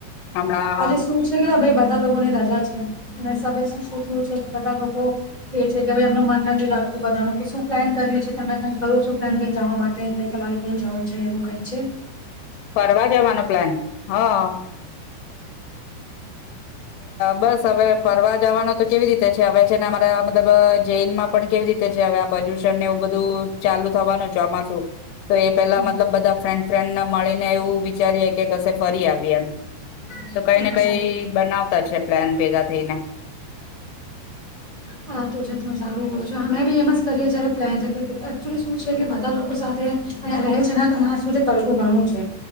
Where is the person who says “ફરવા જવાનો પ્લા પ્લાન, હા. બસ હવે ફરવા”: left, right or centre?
Left